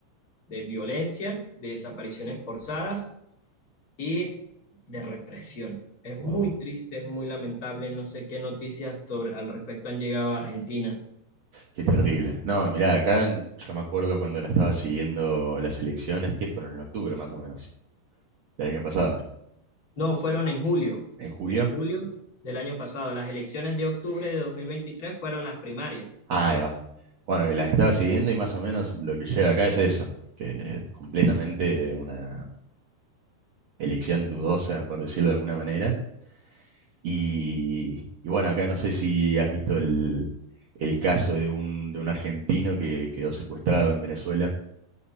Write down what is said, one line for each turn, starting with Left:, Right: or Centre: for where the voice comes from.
Left: de violencia, de desapariciones forzadas y de represión. Es
Right: wow,
Left: muy triste, es muy lamentable, no sé qué noticias sobre, al respecto han llegado a Argentina.
Right: qué terrible. No, mirá, acá en- yo me acuerdo cuando la estaba siguiendo las elecciones, que fueron en octubre más o menos, del año pasado,
Left: No, fueron en julio,
Right: en julio.
Left: en julio del año pasado. Las elecciones de octubre de 2023 fueron las primarias.
Right: Ah, Ahí va. Bueno, que las estaba siguiendo y más o menos lo que llega acá es eso, que es completamente una elección dudosa, por decirlo de alguna manera. Y, y bueno, acá no sé si has visto el, el caso de un, de un argentino que quedó secuestrado en Venezuela,